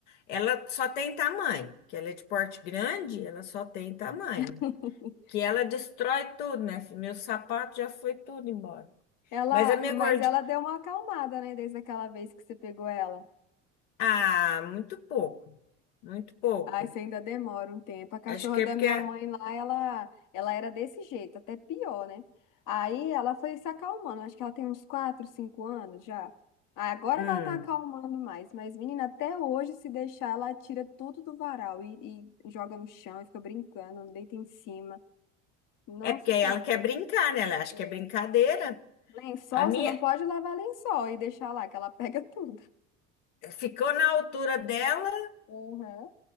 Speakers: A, on the left (about 80°); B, on the left (about 60°).
A: Ela só tem tamanho. Que ela é de porte grande, ela só tem tamanho.
B: <laughs>
A: Que ela destrói tudo, minha filha. Meu sapato já foi tudo embora.
B: Ela,
A: Mas a minha
B: mas
A: gordinha.
B: ela deu uma acalmada, né, desde aquela vez que você pegou ela.
A: Ah, muito pouco. Muito pouco.
B: Ai, isso ainda demora um tempo. A cachorra
A: Acho que
B: da
A: é porque.
B: minha mãe lá, ela, ela era desse jeito, até pior, né? Aí ela foi se acalmando, acho que ela tem uns 4, 5 anos já. Ah, Agora
A: Hum,
B: que ela tá acalmando mais, mas menina, até hoje, se deixar, ela tira tudo do varal e, e joga no chão e fica brincando, deita em cima. Nossa
A: é porque
B: Senhora.
A: ela quer brincar, né? Ela acha
B: É.
A: que é brincadeira.
B: Lençol,
A: A minha
B: você não pode lavar lençol e deixar lá, que ela <laughs> pega tudo.
A: ficou na altura dela.
B: Uhum.